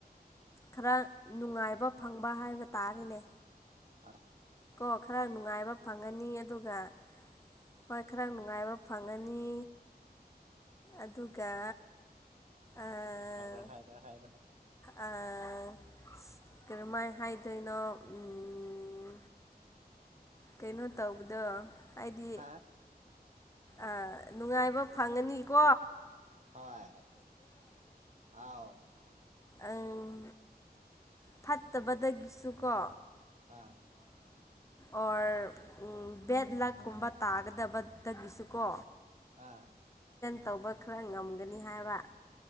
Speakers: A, on the left; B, on the right.
A: ꯈꯔ ꯅꯨꯡꯉꯥꯏꯕ ꯐꯪꯕ ꯍꯥꯏꯕ ꯇꯥꯔꯦꯅꯦ
B: ꯑꯁ
A: ꯀꯣ ꯈꯔ ꯅꯨꯡꯉꯥꯏꯕ ꯐꯪꯉꯅꯤ ꯑꯗꯨꯒ ꯍꯣꯏ ꯈꯔ ꯅꯨꯡꯉꯥꯏꯕ ꯐꯪꯉꯅꯤ ꯑꯗꯨꯒ ꯑꯥ
B: ꯍꯥꯏꯔꯣ ꯍꯥꯏꯔꯣ ꯍꯥꯏꯔꯣ
A: ꯑꯥ ꯀꯔꯃꯥꯏ ꯍꯥꯏꯗꯣꯏꯅꯣ ꯎꯝ ꯀꯩꯅꯣ ꯇꯧꯕꯗꯣ ꯍꯥꯏꯗꯤ
B: ꯍꯥ
A: ꯑꯥ ꯅꯨꯡꯉꯥꯏꯕ ꯐꯪꯡꯒꯅꯤꯀꯣ
B: ꯍꯣꯏ ꯑꯥꯎ
A: ꯎꯝ ꯐꯠꯇꯕꯗꯒꯤꯁꯨ ꯀꯣ
B: ꯑꯥ
A: ꯑꯣꯔ ꯎ ꯕꯦꯠ ꯂꯥꯛꯀꯨꯝꯕ ꯇꯥꯒꯗꯕꯗꯒꯤꯁꯨ ꯀꯣ
B: ꯑꯥ
A: ꯇꯧꯕ ꯈꯔ ꯉꯝꯒꯅꯤ ꯍꯥꯏꯕ